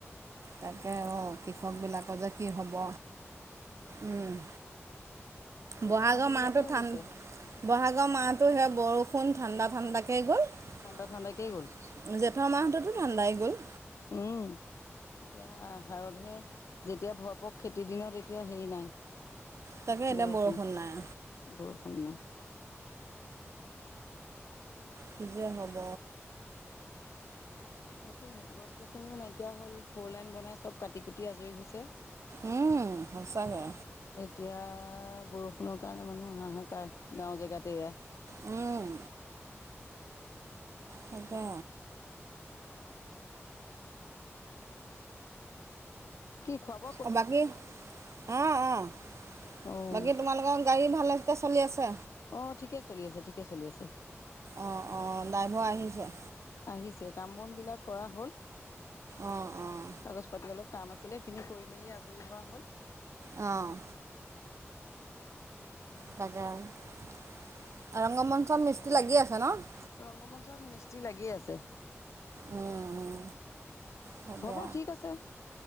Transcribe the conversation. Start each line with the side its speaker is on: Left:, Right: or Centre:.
Right: তাকে অ', কৃষকবিলাকৰ যে কি হ'ব, উম। বহাগৰ
Left: দ মাটিবিলাকহে
Right: মাহটো ঠান
Left: ৰুইছে
Right: ব'হাগৰ মাহটো সেয়া বৰষুণ, ঠাণ্ডা-ঠাণ্ডাকে গ'ল।
Left: ঠাণ্ডা ঠাণ্ডাকেই
Right: জেঠৰ মাহতোতো ঠাণ্ডাই গ'ল।
Left: উম, এতিয়া আহাৰতহে যেতিয়া ভৰপক, খেতিৰ দিনত এতিয়া হেৰি নাই,
Right: তাকে এতিয়া
Left: বৰষুণ।
Right: নাই
Left: বৰষুণ নাই।
Right: কি যে হ'ব।
Left: তাকেহে গছ গছনিও নাইকিয়া হ'ল, ফ'ৰ লাইন বনাই চব কাটি কুটি আজৰি হৈছে।
Right: উম, সঁচাকে।
Left: এতিয়া, বৰষুণৰ কাৰণে মানুহ হাহাকাৰ, গাঁও জেগাত এয়া
Right: উম। তাকে।
Left: কি খুৱাব
Right: অ', বাকী অ', অ',
Left: অঁ
Right: বাকী তোমালোকৰ গাড়ী ভালে <unintelligible> চলি আছে।
Left: অ', ঠিকে চলি আছে, ঠিকে চলি আছে।
Right: অ', অ', ড্ৰাইভৰ আহিছে।
Left: আহিছে, কাম বন বিলাক কৰা হ'ল,
Right: অঁ অঁ
Left: কাগজ পাতি অলপ কাম আছিলে, সেইখিনি কৰি মেলি আজৰি হোৱা হ'ল।
Right: অ' তাকে ৰংগমঞ্চত মিস্ত্ৰী লাগি আছে ন?
Left: ৰংগমঞ্চত মিস্ত্ৰী লাগিয়ে আছে।
Right: উম উম তাকে।
Left: হ'ব ঠিক আছে